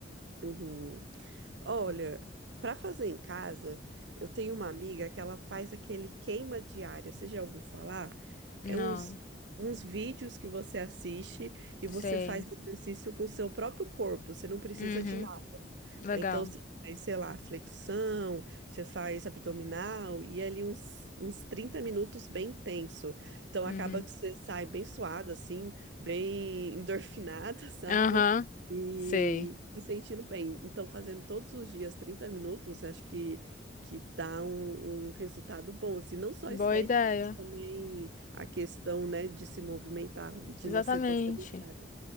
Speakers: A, on the right; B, on the left.
A: Uhum. Olha, para fazer em casa, eu tenho uma amiga que ela faz aquele queima diária. Você já ouviu falar?
B: Não,
A: É uns, uns vídeos que você assiste e você
B: sei.
A: faz exercício com o seu próprio corpo. Você não precisa
B: Uhum,
A: de
B: legal.
A: Aí, Então, você faz, sei lá, flexão, você faz abdominal e é ali uns, uns 30 minutos bem tenso. Então,
B: Uhum.
A: acaba que você sai bem suada, assim, bem endorfinada, <laughs> sabe?
B: Aham,
A: E
B: sei.
A: se sentindo bem. Então, fazendo todos os dias 30 minutos, acho que, que dá um, um resultado bom, assim, não só
B: Boa
A: estético,
B: ideia.
A: mas também a questão, né, de se movimentar, de
B: Exatamente.
A: não ser tão sedentário.